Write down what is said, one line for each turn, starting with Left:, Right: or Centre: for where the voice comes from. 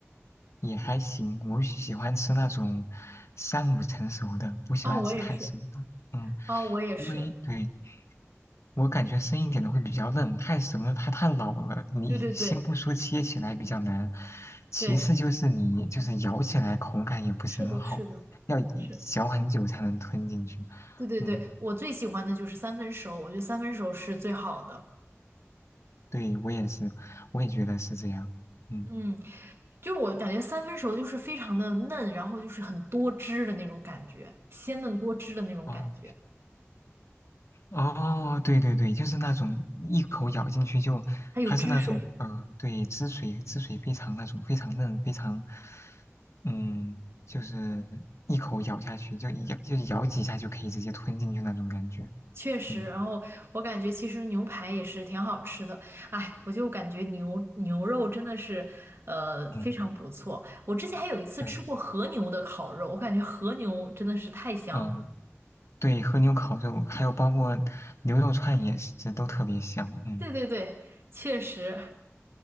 Left: 也还行，我喜喜欢吃那种三五成熟的，不喜欢吃太熟的。
Right: 哦，我也是。
Left: 嗯，
Right: 哦，我也是。
Left: 因为对我感觉生一点的会比较嫩，太熟了它太老了。你先不说切起来比较难，
Right: 对对对
Left: 其次就是你就是咬起来口感也不是很好，
Right: 对，是的，是的，
Left: 要一嚼很久才能吞进去。
Right: 是。对对对，
Left: 嗯，
Right: 我最喜欢的就是三分熟，我觉得三分熟是最好的。
Left: 对，我也是，我也觉得是这样。嗯，
Right: 嗯。就是我感觉三分熟就是非常的嫩，然后就是很多汁的那种感觉，鲜嫩多汁的那种感觉，
Left: 哦哦，对对对，就是那种一口咬进去就，
Right: 它有汁水，
Left: 它是那种呃，对，汁水汁水非常那种非常嫩，非常，嗯，就是一口咬下去就一咬就咬几下就可以直接吞进去那种感觉。
Right: 确实。
Left: 嗯
Right: 然后我感觉其实牛排也是挺好吃的，哎，我就感觉牛牛肉真的是呃非常不错。
Left: 嗯，
Right: 我之前还有一次吃过和牛的烤肉，
Left: 对，
Right: 我感觉和牛真的是太香了。
Left: 嗯对，和牛烤肉还有包括牛肉串也是都特别香。嗯
Right: 对对对，确实。